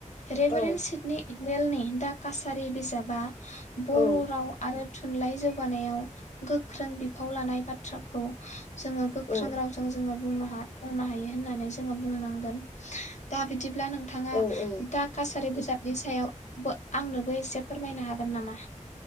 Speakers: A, on the left (about 60°); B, on the left (about 85°).
A: रेभेन
B: औ
A: सिडनि इडनेलनि दा कासारि बिजाबा बर'
B: औ
A: राव थुनलाइ जौगानायाव गोख्रों बिफाव लानाय बाथ्राखौ जोङो गोख्रों
B: औ
A: रावजों जोङो बुंनो हा दा बुंनो हायो होननानै बुंनांगोन दा बिद बिदिब्ला नोंथाङा
B: औ औ
A: दा कासारि बिजाब नि सायाव बो आंनोबो एसे फोरमायनो हागोन नामा